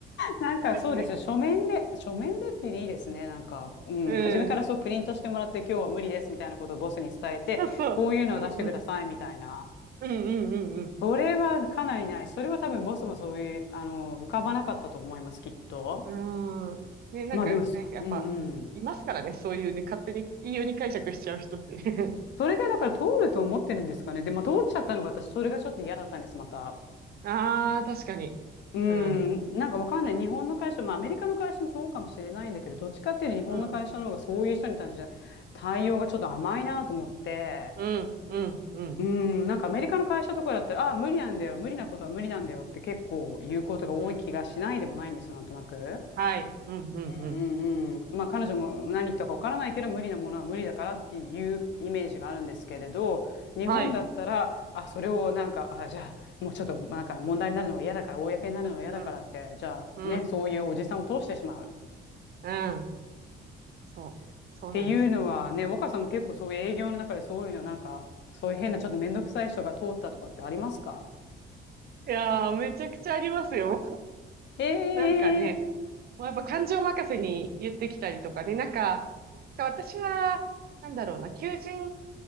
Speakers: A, on the left; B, on the right.
A: なんかそうですよ。
B: ですね。
A: 書面で、書面でっていいですね。なんか、うん、
B: うん。
A: 初めからそうプリントしてもらって、今日は無理ですみたいなことをボスに伝えて、
B: そうそう。
A: こういうのを出してくださいみたいな。
B: うんうん。うんうんうん
A: それはかなりない。それは多分ボスもそういう、あの、浮かばなかったと思います、きっと。
B: うん。うーん。ね、なんか、
A: まあでもそう、
B: ね、やっぱ、
A: うんうん。
B: いますからね、そういうね、勝手に、いいように解釈しちゃう人ってね。
A: それでだから通ると思ってるんですかね。で、まあ通っちゃったのが私、それがちょっと嫌だったんです、また。
B: <laughs> ああ、確かに。
A: うん、
B: うん。
A: なんかわかんない。日本の会社、まあアメリカの会社もそうかもしれないんだけど、どっちかっていうと日本の会社の方がそういう人に対して対応がちょっと甘いなと思って、
B: うん、うん、うん、うん、
A: うん、なんかアメリカの会社とかだったら、ああ、無理なんだよ、無理なことは無理なんだよって結構言うことが多い気がしないでもないんです、
B: うん、うん。
A: なんとなく。
B: はい、うん、うん、
A: うんうんうん。
B: うん。
A: まあ彼女も何言ったかわからないけど無理なものは無理だからっていうイメージがあるんですけれど、日本だったら、
B: はい、
A: あ、それをなんか、あ、じゃあもうちょっとなんか問題になるのは嫌だから、公になるのは嫌だからって、
B: うん、
A: じゃあね、
B: うん、
A: そういうおじさんを通してしまう。
B: うん。そう、
A: っていうのはね、
B: そうなんですよ。
A: 若さんも結構そういう営業の中でそういうのなんか、そういう変なちょっと面倒くさい人が通ったとかってありますか
B: いやー、めちゃくちゃありますよ。
A: ええ
B: なんかね、もうやっぱ感情任せに言ってきたりとかね、なんか、私は、なんだろうな、求人